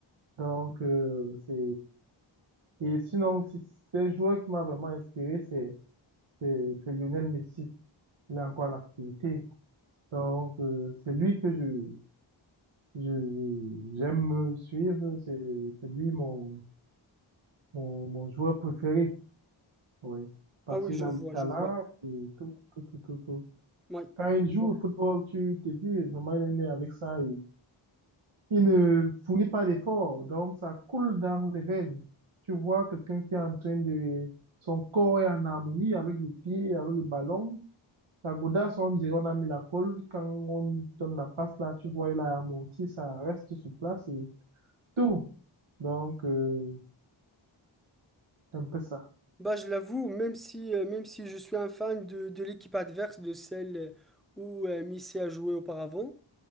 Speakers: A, on the right; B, in the centre.
A: Donc, euh, c'est, et sinon, si- c'est un joueur qui m'a vraiment inspiré, c'est, c'est, c'est Lionel Messi. Il est encore en activité. Donc, euh, c'est lui que je, Je, j'aime suivre, c'est c'est lui mon, mon, mon joueur préféré, oui. Parce
B: Ah oui,
A: qu'il
B: je
A: a
B: vois,
A: le talent
B: je vois.
A: et tout, tout, tout, tout, tout.
B: Oui,
A: Quand il
B: je
A: joue
B: vois.
A: au football, tu te dis, vraiment, il est né avec ça. et il ne fournit pas d'efforts, donc ça coule dans les veines. Tu vois quelqu'un qui est en train de... Son corps est en harmonie avec les pieds, avec le ballon. La godasse, on dirait, on a mis la colle. Quand on donne la passe là, tu vois, il a amorti, ça reste sur place et tout. Donc, euh, C'est un peu ça.
B: Bah, je l'avoue, même si, euh, même si je suis un fan de, de l'équipe adverse, de celle euh, où euh, Messi a joué auparavant,